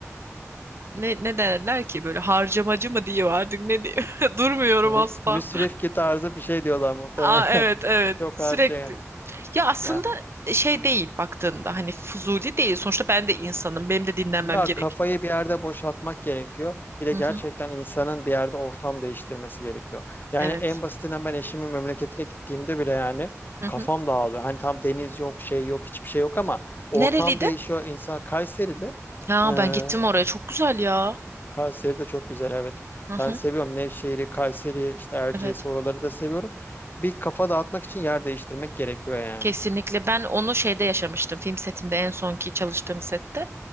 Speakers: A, on the right; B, on the left.
A: ne, ne derler ki böyle harcamacı mı diyor artık ne diyor. <laughs> Durmuyorum
B: Müs
A: asla.
B: müsrifki tarzı bir şey diyorlar muhtemelen.
A: Aa, evet evet
B: <laughs> Çok
A: sürekli.
B: harcayan.
A: Ya aslında
B: Yani
A: şey değil baktığında hani fuzuli değil. Sonuçta ben de insanım. Benim de dinlenmem
B: Ya
A: gerek.
B: kafayı bir yerde boşaltmak gerekiyor. Bir de
A: Hı
B: gerçekten
A: hı,
B: insanın bir yerde ortam değiştirmesi gerekiyor. Yani
A: evet.
B: en basitinden ben eşimin memleketine gittiğimde bile yani
A: Hı
B: kafam
A: hı.
B: dağılıyor. Hani tam deniz yok, şey yok, hiçbir şey yok ama ortam
A: Nereliydi?
B: değişiyor. İnsan Kayseri'de
A: Ha,
B: eee
A: ben gittim oraya. Çok güzel ya.
B: Kayseri de çok güzel evet.
A: Hı hı,
B: Ben seviyorum Nevşehir'i, Kayseri'yi, işte Erciyes'i
A: evet.
B: oraları da seviyorum. Bir kafa dağıtmak için yer değiştirmek gerekiyor yani.
A: Kesinlikle ben onu şeyde yaşamıştım film setinde en sonki çalıştığım sette